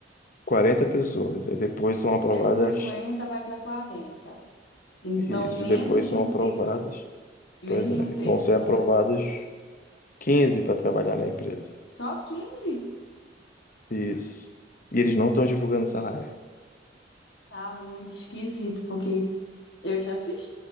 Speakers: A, on the left; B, on the left.
A: quarenta pessoas. Aí depois são
B: E
A: aprovadas.
B: o 150 vai para 40. Então,
A: Isso,
B: menos
A: depois
B: de
A: são
B: um
A: aprovadas.
B: terço. Menos
A: Pois é,
B: de um terço
A: vão ser
B: vai
A: aprovadas
B: fazer
A: 15 para trabalhar na empresa.
B: Só quinze
A: Isso. E eles não estão divulgando salário.
B: Tá muito esquisito, porque eu já fiz